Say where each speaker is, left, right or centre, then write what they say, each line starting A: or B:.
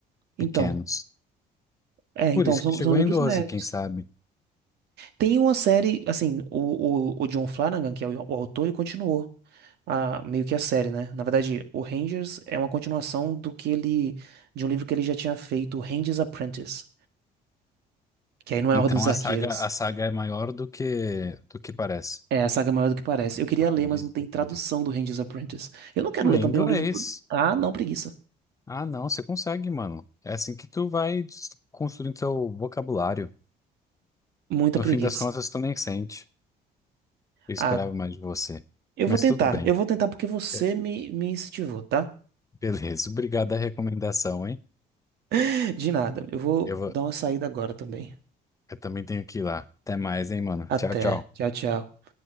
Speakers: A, on the right; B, on the left.
A: Então.
B: pequenos.
A: É,
B: Por
A: então,
B: isso
A: são,
B: que chegou
A: são livros
B: em 12,
A: médios.
B: quem sabe?
A: Tem uma série, assim, o, o, o John Flanagan, que é o, o autor, ele continuou a, meio que a série, né? Na verdade, o Rangers é uma continuação do que ele, de um livro que ele já tinha feito, Ranger's Apprentice, que aí não é
B: Então
A: a Ordem dos
B: a
A: Arqueiros.
B: saga, a saga é maior do que do que parece.
A: É, a saga é maior do que parece. Eu queria
B: Aprendiz
A: ler, mas não tem
B: do aprendiz.
A: tradução do Ranger's Apprentice. Eu não quero
B: Lê
A: ler também
B: inglês.
A: um livro todo. Ah, não, preguiça.
B: Ah, não, você consegue, mano. É assim que tu vai des- construindo seu vocabulário.
A: Muita
B: No
A: preguiça.
B: fim das contas, tu nem sente. Eu esperava
A: Ah,
B: mais de você.
A: eu
B: Mas
A: vou tentar.
B: tudo bem.
A: Eu vou tentar porque você
B: É.
A: me, me incentivou, tá?
B: Beleza, obrigado a recomendação, hein?
A: <laughs> De nada. Eu vou
B: Eu vou,
A: dar uma saída agora também.
B: eu também tenho que ir lá. Até mais, hein, mano.
A: Até.
B: Tchau, tchau.
A: Tchau, tchau.